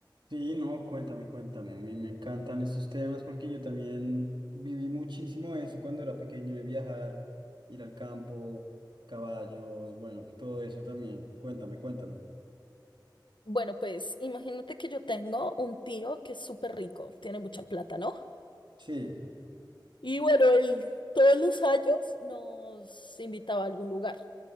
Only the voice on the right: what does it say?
sí, no, cuéntame, cuéntame. A mí me encantan estos temas porque yo también viví muchísimo eso cuando era pequeño, de viajar, ir al campo, caballos, bueno, todo eso también. Cuéntame, cuéntame.
Sí,